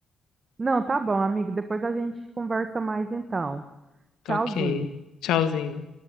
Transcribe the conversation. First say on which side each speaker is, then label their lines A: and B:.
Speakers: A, on the right; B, on the left.
A: Não, tá bom, amigo. Depois a gente conversa mais então.
B: Tá
A: Tchauzinho.
B: ok. Tchauzinho.